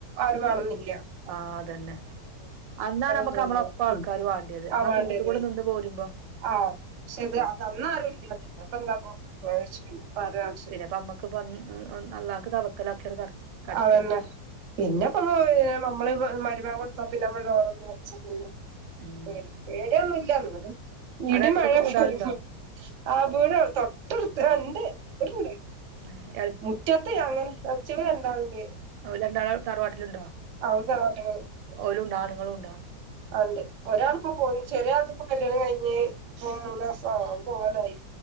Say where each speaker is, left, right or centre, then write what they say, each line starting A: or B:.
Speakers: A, on the right; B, on the right.
A: ആരും വേണംന്നില്ല
B: ആഹ് അത് തന്നെ അന്നാണ് നമ്മുക്ക്
A: ഇതും
B: നമ്മടെ
A: ഉണ്ടാവ
B: ഒപ്പം ആൾക്കാര്
A: ഉം
B: വേണ്ടിയത് നമ്മ
A: ആഹ്
B: ആ
A: വേണ്ടത്
B: കൂട്ടത്തി കൂടെ നിന്ന് പോരുമ്പോ
A: ആഹ് പക്ഷെ അത്
B: ഉം
A: അതന്നാ ആരുമില്ല ഇല്ല പിന്നെ ഇപ്പ എന്താ പ്പൊ <unintelligible>
B: പിന്നെ ഇപ്പൊ അമ്മക്ക് ഇപ്പം ഉം നല്ലാക്കു തവക്കലാക്കിയൊരു കട കടക്കന്നെ
A: അതേല്ലേ പിന്നിപ്പോ നമ്മള് മരുമാൻ കൊടുത്ത പിന്നെ നമ്മള് <unintelligible>
B: ഉം
A: പേടി പേടിയൊന്നുല്ല എന്നാലും
B: അവിടെ
A: ഇടിമഴയൊക്കെ
B: അടുത്തൊക്കെ വീടാളുണ്ടോ
A: വരുമ്പോ ആഹ് വീട് തൊട്ടടുത്ത് ഒണ്ട് ഒരു വീട്
B: ന്നേരെ
A: മുറ്റത്ത്ങ്ങനെ കളിച്ച്ണരണ്ടാള്ണ്ട്.
B: ഓൽ രണ്ടാൾ തറവാട്ടിലുണ്ടോ?
A: അവര് തറവാട്ട്മേ ആണ്
B: ഓലുണ്ടാ ആണുങ്ങളുണ്ടാ
A: ആണ്ട് ഒരാൾപ്പോ പോയി ചെറിയാ ൾപ്പെ കല്യാണം കഴിഞ്ഞ് ഇപ്പം മൂന്നാസാവ്ണ് ഓം പോവാനായി.